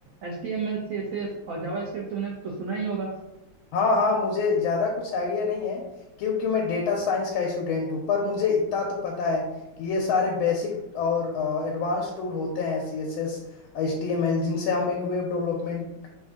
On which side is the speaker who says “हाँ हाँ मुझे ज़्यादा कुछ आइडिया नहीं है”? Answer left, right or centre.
Left